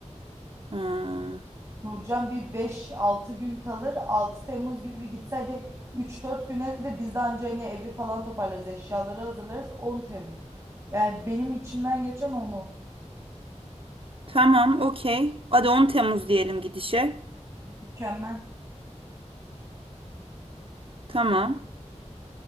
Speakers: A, on the right; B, on the right.
A: Hmm.
B: Nurcan bir 5-6 gün kalır. 6 Temmuz gibi gitse hadi 3-4 güne de biz de anca hani evi falan toparlarız. Eşyaları hazırlarız. 10 Temmuz. Yani benim içimden geçen onu.
A: Tamam, okey. Hadi On Temmuz diyelim gidişe.
B: Mükemmel.
A: Tamam.